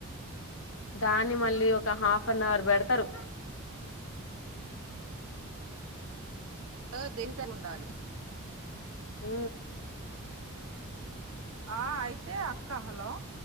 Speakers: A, on the left (about 60°); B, on the right (about 65°).
A: దాన్ని మళ్ళీ ఒక హాఫ్ నవర్ పెడతారు
B: ఇలో దీనికి అన ఉండాలి
A: హు
B: ఆ అయితే అక్క హలో